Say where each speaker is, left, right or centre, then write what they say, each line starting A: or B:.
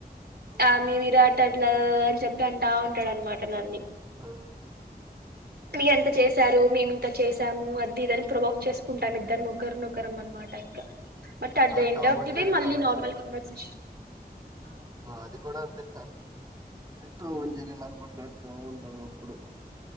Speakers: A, on the right (about 25°); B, on the right (about 80°).
A: ఆ,
B: ఆమె విరాట్ అట్లా అని చెప్ గంటా ఉంటాడునమాట నన్ని
A: ఆ
B: మీ ఎంత చేసారు మేమి ఇంత చేసాము అది ఇదని ప్రవోక్ చేసుకుంటాం ఇద్దరం ఒకరిని ఒకరు ఒకరు అనమాట ఇంకా బట్ అట్
A: ఆ,
B: the end
A: Tom
B: of
A: and
B: the
A: Jerry
B: day మళ్ళీ
A: లా
B: నార్మల్ కన్వర్షషన్
A: మాది కూడా అంతిట్ట ఎట్టో మంజరి ఇలా కొట్లాడుతూ ఉంటాం ఇప్పుడు